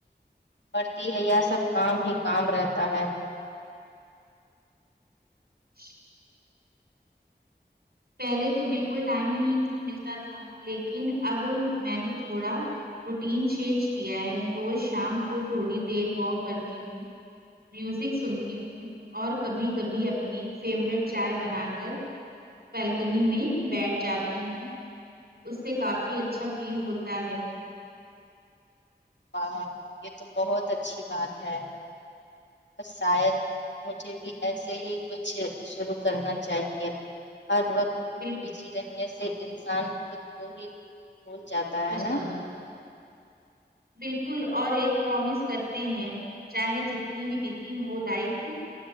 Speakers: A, on the left; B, on the right.
A: پڑتی ہے یہ سب کام ہی کام رہتا ہے
B: شے پہلے تو بالکل ٹائم ہی نہیں ملتا تھا لیکن اب میں نے تھوڑا روٹین چینج کیا ہے روز شام کو تھوڑی دیر واک کرتی ہوں میوزک سنتی ہوں اور کبھی کبھی اپنی فیوریٹ چائے بنا کر بلکنی میں بیٹھ جاتی ہوں اس سے کافی اچھا فیل ہوتا ہے
A: واہ یہ تو بہت اچھی بات ہے پر شاید مجھے بھی ایسے ہی کچھ شروع کرنا چاہیے ہر وقت
B: بال
A: بزی رہنے سے انسان خود کو ہی بھول جاتا ہے
B: مس
A: نا
B: کدوں بالکل اور ایک پرومس کرتے ہیں چاہے جتنی بھی بزی ہو لائف